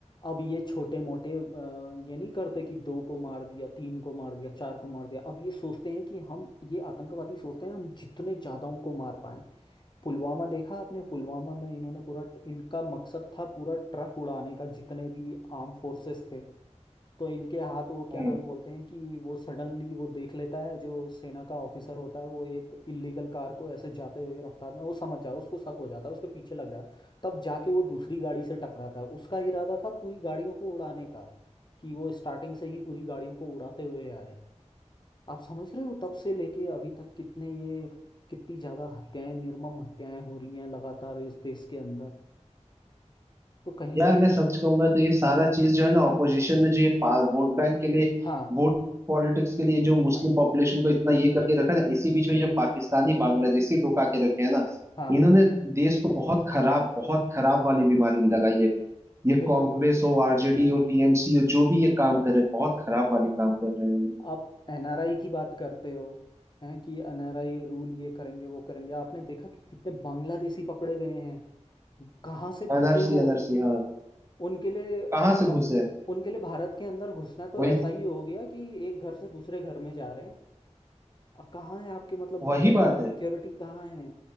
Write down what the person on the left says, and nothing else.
अब ये छोटे मोटे ये नहीं करते कि दो को मार दिया तीन को मार दिया चार को मार दिया अब ये सोचते हैं कि हम ये आतंकवादी सोचते हैं हम जितने ज़्यादाओं को मार पाएं पुलवामा देखा आपने पुलवामा में इन्होंने पूरा इनका मकसद था पूरा ट्रक उड़ाने का जितने भी आर्म फोर्सेस थे तो इनके हाथ वो क्या
नाम बोलते हैं कि वो सडनली वो देख लेता है जो सेना का ऑफिसर होता है वो एक इल्लीगल कार को ऐसे जाते हुए रफ्तार में वो समझ जाता है उसको शक हो जाता है उसके पीछे लग जाता है तब जाके वो दूसरी गाड़ी से टकराता है उसका इरादा था पूरी गाड़ियों को उड़ाने का कि वो स्टार्टिंग से ही पूरी गाड़ियों को उड़ाते हुए आए आप समझ रहे हो तब से लेके अभी तक कितने ये कितनी ज्यादा हत्याएं निर्मम हत्याएं हो रही हैं लगातार इस देश के अंदर तो कहीं
ना कहीं
हाँ
हाँ
हाँ
बिल्कुल
आप एनआरआई की बात करते हो हैं कि एनआरआई रूल ये करेंगे वो करेंगे आपने देखा कि कितने बांग्लादेशी पकड़े गए हैं कहाँ से घुसे
वो
उनके लिए अ,
ब-
उनके लिए भारत के अंदर घुसना तो
ऐसा ही हो गया कि एक घर से दूसरे घर में जा रहे अ, कहाँ है आपके मतलब
बॉर्डर
में
सिक्योरिटी कहाँ है